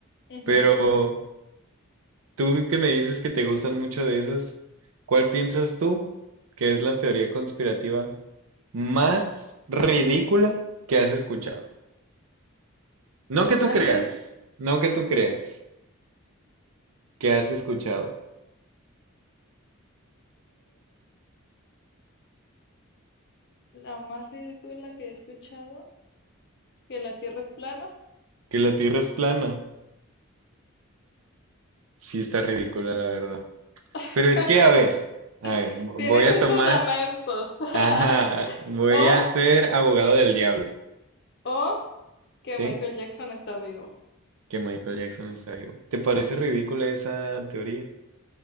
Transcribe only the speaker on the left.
Ujú.
¿Qué
más
ridícula?
La más ridícula que he escuchado, que la Tierra es plana.
<laughs>
Tiene sus
fundamentos. <laughs>
O,
o que
Michael Jackson está vivo.